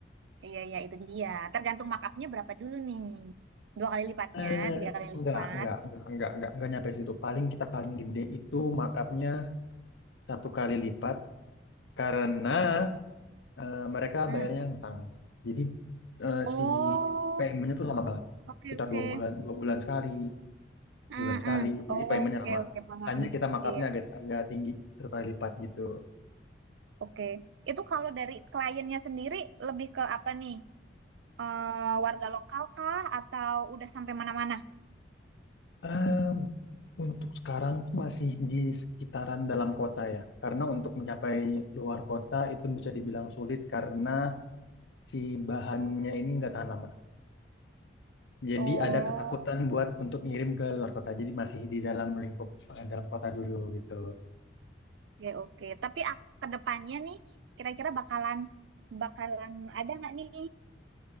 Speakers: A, on the right; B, on the left.
A: Iya, iya itu dia. Tergantung markupnya berapa dulu nih. Dua kali lipatnya,
B: Eh,
A: tiga kali
B: enggak,
A: lipat.
B: enggak, enggak, enggak, enggak, enggak nyampe situ. Paling kita paling gede itu markupnya satu kali lipat karena eh, mereka
A: Hmm.
B: bayarnya ngutang. Jadi eh,
A: Oh,
B: si paymentnya tuh lama banget.
A: oke
B: Kita
A: oke.
B: dua bulan, dua bulan sekali,
A: Hmm,
B: bulan sekali.
A: hmm. Oh,
B: Jadi paymentnya
A: Oke
B: lama.
A: oke paham.
B: Makanya kita markupnya
A: Iya.
B: agak agak tinggi satu kali lipat gitu.
A: Oke, itu kalau dari kliennya sendiri lebih ke apa nih? Eh, warga lokal kah atau udah sampai mana-mana?
B: Eee, untuk sekarang tuh masih di sekitaran dalam kota ya, karena untuk mencapai luar kota itu bisa dibilang sulit karena si bahannya ini nggak tahan lama. Jadi
A: Oh,
B: ada ketakutan buat untuk ngirim ke luar kota. Jadi masih di dalam lingkup eh, dalam kota dulu gitu.
A: oke oke. Tapi ak- ke depannya nih, kira-kira bakalan bakalan ada nggak nih